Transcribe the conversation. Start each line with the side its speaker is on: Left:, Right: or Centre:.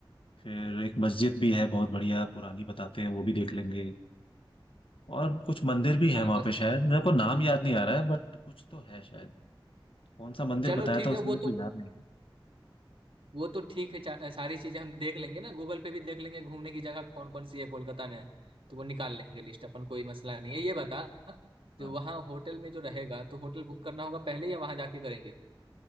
Left: फिर एक मस्जिद भी है बहुत बढ़िया पुरानी बताते हैं वो भी देख लेंगे और कुछ मंदिर भी है
Right: हाँ
Left: वहाँ
Right: बस
Left: पे शायद मेरे को नाम याद नहीं आ रहा है बट कुछ तो है शायद कौन सा मंदिर
Right: चलो
Left: बताया
Right: ठीक
Left: था उसने
Right: है
Left: मेरे
Right: वो तो
Left: को याद नहीं है
Right: वो तो ठीक है चा- सारी चीजें हम देख लेंगे ना गूगल पे भी देख लेंगे घूमने की जगह कौन कौन सी है कोलकाता में तो वो निकाल लेंगे लिस्ट अपन कोई मसला नहीं है ये बता
Left: हाँ।
Right: जो वहाँ होटल में जो रहेगा तो होटल बुक करना होगा पहले या वहाँ जाके करेंगे